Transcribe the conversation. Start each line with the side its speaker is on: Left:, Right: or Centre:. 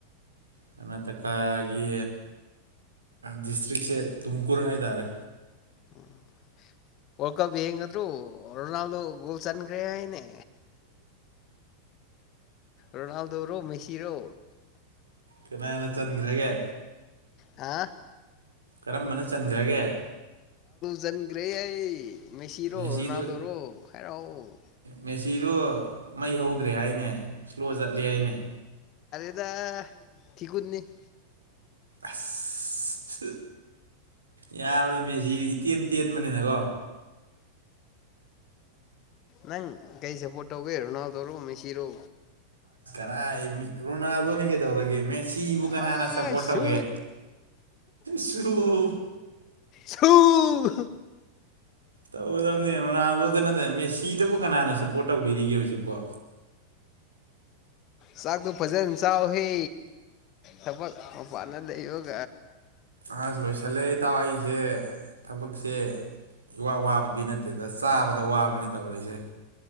Right: ꯀꯔꯅꯥꯇꯀꯥꯒꯤ ꯗꯤꯁꯇ꯭ꯔꯤꯛꯁꯦ ꯇꯨꯝꯀꯨꯔ ꯍꯥꯏꯇꯥꯔꯦ
Left: ꯎꯝ ꯋꯥꯔꯜ ꯀꯞ ꯌꯦꯡꯒꯗ꯭ꯔꯣ ꯔꯣꯅꯥꯜꯗꯣ ꯒꯣꯜ ꯆꯟꯈ꯭ꯔꯦ ꯍꯥꯏꯅꯦ ꯔꯣꯅꯥꯜꯗꯣ ꯔꯣ ꯃꯦꯁꯤꯔꯣ
Right: ꯀꯃꯅ ꯆꯟꯈ꯭ꯔꯒꯦ
Left: ꯑ
Right: ꯀꯔꯝꯕꯅ ꯆꯟꯈ꯭ꯔꯒꯦ
Left: ꯖꯟꯒ꯭ꯦꯍꯩ ꯃꯦꯁꯤꯔꯣ
Right: ꯃꯦꯁꯤꯗꯨ
Left: ꯔꯣꯅꯥꯜꯗꯔꯣ ꯍꯥꯏꯔꯛꯑꯣ
Right: ꯃꯦꯁꯤꯗꯨ ꯃꯩ ꯍꯧ ꯆꯠꯇ꯭ꯔꯦ ꯍꯥꯏꯅꯦ ꯁ꯭ꯂꯣ ꯆꯠꯂꯦ ꯍꯥꯏꯅꯦ
Left: ꯑꯗ ꯊꯤꯀꯨꯟꯅꯤ <inaudible>
Right: ꯑꯁ ꯌꯥꯔꯣꯏ ꯃꯦꯁꯤ ꯇꯦꯟ ꯇꯦꯟꯕꯅꯤꯅꯀꯣ
Left: ꯅꯪ ꯀꯩ ꯁꯄꯣ ꯏꯇꯥꯑꯣꯕꯤ ꯍꯔꯅꯥꯜꯗꯧꯔꯣ ꯃꯦꯁꯤꯔꯣ
Right: <unintelligible> ꯔꯨꯅꯥꯜꯗꯣꯅꯤ ꯀꯩ ꯇꯧꯔꯒꯦ ꯟꯠ ꯁꯤꯕꯨ
Left: ꯑꯥꯏꯁꯨ
Right: ꯀꯅꯥꯅ ꯁꯄꯣꯔꯠ ꯇꯧꯒꯦ ꯁꯨ ꯎ
Left: ꯁꯧ
Right: ꯇꯧꯒꯗꯕꯅꯦ ꯔꯣꯅꯥꯜꯗꯣꯗ ꯅꯠꯇꯅ ꯃꯦꯁꯤꯗꯕꯨ ꯀꯅꯥꯅ ꯁꯞꯄꯣꯔꯠ ꯇꯧꯕꯤꯔꯤꯒꯦ ꯍꯧꯖꯤꯛꯄꯣ
Left: ꯆꯒ ꯇꯨ ꯐꯖꯦꯟ ꯆꯥꯎꯍꯦ ꯊꯕꯛ ꯄꯄꯥꯅꯗꯥ ꯂꯩꯌꯨ <unintelligible>
Right: ꯑ ꯂꯣꯏꯁꯂꯦ ꯇꯥꯎ ꯑꯩꯁꯦ ꯊꯕꯛꯁꯦ ꯋꯥ ꯋꯥꯕꯗꯤ ꯅꯠꯇꯦꯗ ꯆꯥꯕꯗ ꯋꯥꯕꯅꯤ ꯇꯧꯔꯤꯁꯦ